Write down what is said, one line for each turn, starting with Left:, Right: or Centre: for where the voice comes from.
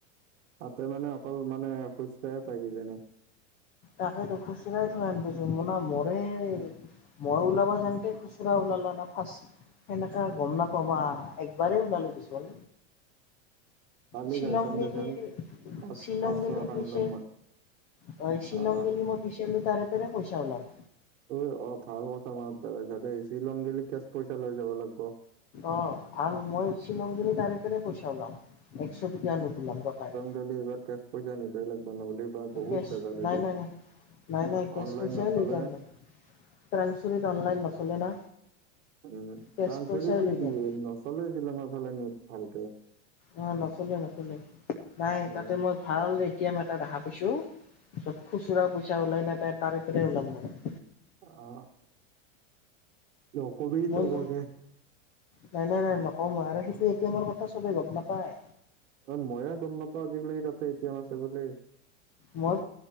Right: তাতে মানে অকল মানে অ খোজকাঢ়ে পাই কিজানি।
Left: তাকেইতো খুচৰাই থয় হেন পাইছো না মৰে মই ওলাব যাওঁতেই খুচুৰা ওলালা না ফাৰ্ষ্ট। সেনেকা গম নাপাওঁ মই একবাৰেেই ওলালো দেচোন।
Right: কালি
Left: শ্বিলং
Right: যাই চাম
Left: ভেলি
Right: দেচোন পাঁচ
Left: শ্বিলং
Right: পাঁচশ
Left: ভেলি
Right: এখন
Left: পিছে
Right: ওলাম মই
Left: হয় শ্বিলং
Right: অ
Left: ভেলি মই বিচাৰিলে জাৰে-তাৰে পইচা ওলাম
Right: ঐ অ ভাল কথা মনত পেলাই সিঁহতে শ্বিলং ভেলি কেচ পইচা লৈ যাব লাগব
Left: অ ভাল মই শ্বিলং গেলে জাৰে-তাৰে পইচা ওলাম একশ টকীয়া নুটউলাম গটাই
Right: এইবেলি এইবাৰ কেচ পইচা নিবই লাগব নহলে বা বহুত
Left: কেচ
Right: ভেজাল হৈ
Left: নাই
Right: যায়
Left: নাই নাই নাই নাই কেছ
Right: অনলাইন
Left: পইচাই
Right: নচলে
Left: লৈ যাম মই ট্ৰাঙচিলিত অনলাইন নচলে না?
Right: উম
Left: কেছ
Right: ক্ৰাংচেৰি
Left: পইচাই
Right: বুলি
Left: লৈ
Right: কি
Left: যাম
Right: নচলে শ্বিলঙৰ ফালে নেট ভালকে
Left: অ নচলে নচলে নাই
Right: উম
Left: তাতে মই ভাল এতিয়া এটা দেখা পিইছো য'ত খুচুৰা পইচা ওলাই না তই তাৰে তাৰে ওলাম মই
Right: অ নকবি
Left: মই
Right: চবকে
Left: গম নাই নাই নাই নকওঁ মই আৰু সেইটো এ টি এমৰ কথা চবে গম নাপায়
Right: অ ময়ে গম নাপাও আজিকালি তাতে এ টি এম আছে বুলি
Left: মই